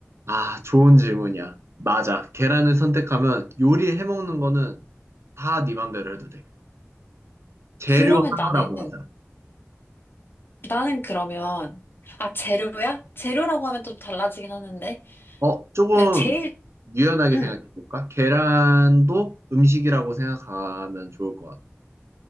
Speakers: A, on the right; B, on the left.
A: 아, 좋은 질문이야. 맞아. 계란을 선택하면 요리해 먹는 거는 다 네 맘대로 해도 돼. 재료
B: 그러면
A: 하나라고
B: 나는,
A: 하자.
B: 나는 그러면, 아, 재료야? 재료라고 하면 좀 달라지긴 하는데.
A: 어, 조금
B: 야, 제일,
A: 유연하게
B: 음.
A: 생각해 볼까? 계란도 음식이라고 생각하면 좋을 것 같아.